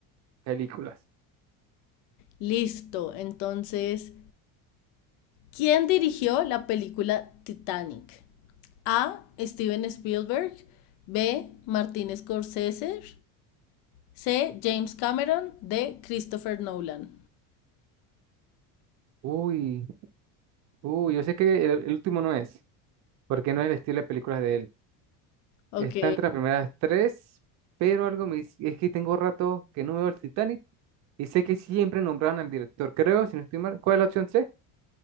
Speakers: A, on the right (about 40°); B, on the left (about 55°).
A: películas.
B: Listo, entonces, ¿quién dirigió la película Titanic? A. Steven Spielberg. B. Martin Scorsese. C. James Cameron. D. Christopher Nolan.
A: Uy, uy, yo sé que el, el último no es, porque no es el estilo de películas de él.
B: Ok.
A: Está entre las primeras tres, pero algo me dice, es que tengo rato que no veo el Titanic y sé que siempre nombraban al director. Creo, si no estoy mal, ¿cuál es la opción C?